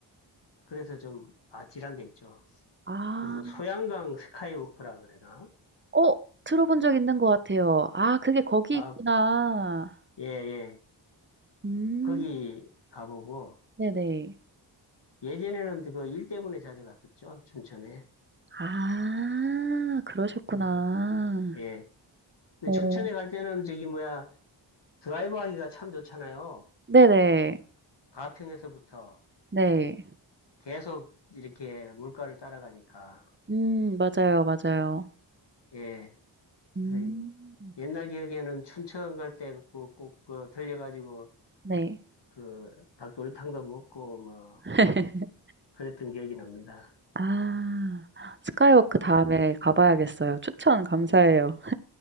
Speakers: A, on the left; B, on the right.
A: 그래서 좀 아찔한 데 있죠.
B: 아.
A: 그 뭐 소양강 스카이워크라 그래나?
B: 어 들어본 적 있는 것 같아요. 아 그게 거기
A: 아,
B: 있구나.
A: 예, 예.
B: 음
A: 거기 가보고
B: 네네.
A: 예전에는 그 일 때문에 자주 갔었죠, 춘천에.
B: 아 그러셨구나.
A: 예. 예. 근데
B: 어
A: 춘천에 갈 때는 저기 뭐야, 드라이브 하기가 참 좋잖아요.
B: 네네.
A: 가평에서부터
B: 네.
A: 계속 이렇게 물가를 따라가니까.
B: 음 맞아요, 맞아요.
A: 예.
B: 음
A: 그래서 옛날 기억에는 춘천 갈 때 꼭, 꼭, 그 들려가지고
B: 네.
A: 그 닭도리탕도 먹고 뭐
B: <laughs>
A: 그랬던 기억이 납니다.
B: 아 스카이워크 다음에 가 봐야겠어요. 추천 감사해요.